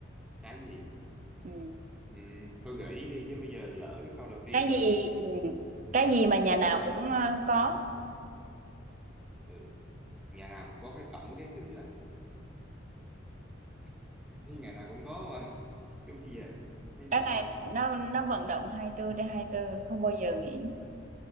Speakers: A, in the centre; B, on the right.
A: cái gì
B: Ừ,
A: ừ, tôi gợi ý đi chứ bây giờ lỡ cái câu đầu tiên
B: cái gì
A: mà
B: ừ, cái gì mà nhà
A: ừ,
B: nào cũng à, có.
A: ừ. nhà nào cũng có cái cổng với cái cửa <laughs> Thì ngày nào cũng có mà chứ bây giờ cái
B: Cái
A: gì
B: này nó nó vận động 24 trên hai mươi tư không bao giờ nghỉ.